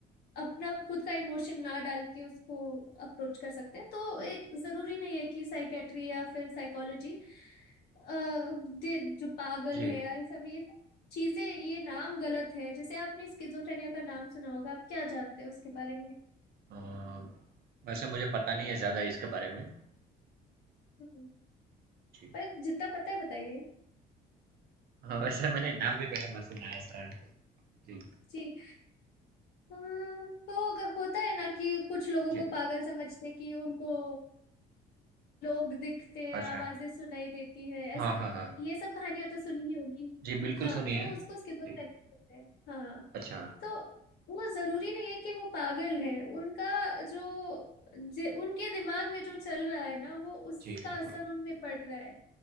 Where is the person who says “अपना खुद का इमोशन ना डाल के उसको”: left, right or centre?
Left